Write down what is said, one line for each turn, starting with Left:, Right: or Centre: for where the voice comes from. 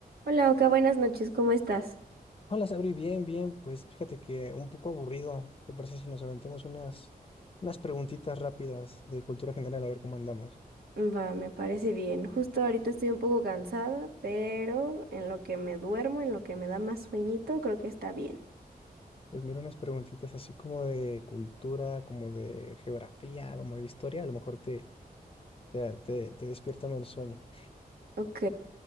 Right: Hola, Oka, buenas noches, ¿cómo estás?
Left: Hola, Sabri, bien, bien. Pues fíjate que un poco aburrido. ¿Qué te parece si nos aventamos unas, unas preguntitas rápidas de cultura general a ver cómo andamos?
Right: Va, me parece bien. Justo ahorita estoy un poco cansada, pero en lo que me duermo, en lo que me da más sueñito, creo que está bien.
Left: Pues mira, unas preguntitas así como de cultura, como de geografía, como de historia. A lo mejor te, te, te, te despiertan el sueño.
Right: Ok,